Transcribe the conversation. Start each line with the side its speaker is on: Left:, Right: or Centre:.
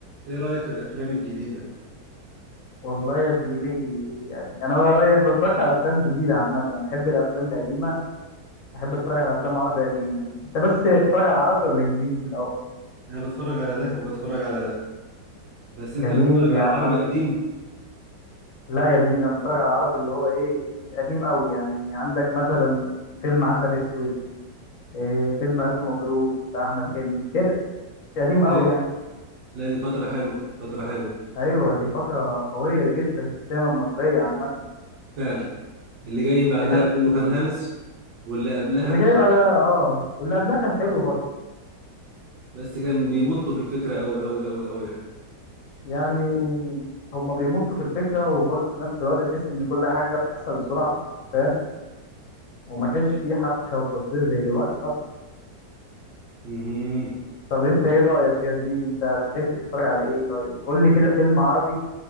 Right: ايه رأيك في الافلام الجديدة
Left: والله يا زميلي يعني انا ما بتفرجش على افلام جديده عامه انا احب الافلام القديمه احب اتفرج على افلام عربي قديمه انت بس بتتفرج على عربي ولا انجليزي بالاول
Right: انا بتفرج على ده وبتفرج على ده بس
Left: جميل
Right: انت بتتفرج
Left: يا
Right: على
Left: عم
Right: عربي قديم
Left: لا يا زميلي انا بتفرج على عربي اللي هو ايه مش قديم قوي يعني عندك مثلا فيلم عسل اسود إيه فيلم الف مبروك بتاع احمد حلمي كده مش قديم
Right: حلو
Left: قوي يعني
Right: لا دي فترة حلوة فترة حلوة
Left: ايوه دي فتره قويه جدا في السينما المصريه عامه
Right: فعلا اللي جاي بعدها
Left: ده كانت-
Right: كله كان هلس واللي قبلها
Left: اللي
Right: كان
Left: جاي بقى ده اه واللي قبلها كان حلو برضه
Right: بس كان بيمطوا في الفكرة قوي قوي قوي قوي يعني
Left: يعني هما بيمطوا في الفكرة وبرضه في نفس الوقت تحس إن كل حاجة بتحصل بسرعة فاهم وما كانش فيه حبكة وتصوير زي دلوقتي طبعا
Right: امم
Left: طب أنت إيه رأيك يا زميلي أنت بتحب تتفرج على إيه طيب قول لي كده فيلم عربي